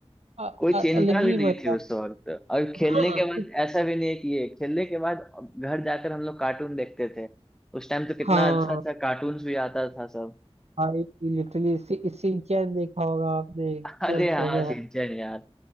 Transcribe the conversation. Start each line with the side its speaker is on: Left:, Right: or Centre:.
Right: अ-
Centre: कोई
Right: अ-
Centre: चिंता
Right: अलग
Centre: भी
Right: ही
Centre: नहीं
Right: मजा
Centre: थी उस वक्त और खेलने
Right: हाँ
Centre: के बाद ऐसा भी नहीं है कि ये खेलने के बाद घर जाकर हम लोग कार्टून देखते थे उस टाइम तो कितना
Right: हाँ
Centre: अच्छा अच्छा कार्टून्स भी आता था सब
Right: भाई लिटरली सिंचैन देखा होगा आपने कितना
Centre: <laughs> अरे हाँ
Right: गजब
Centre: सिंचन यार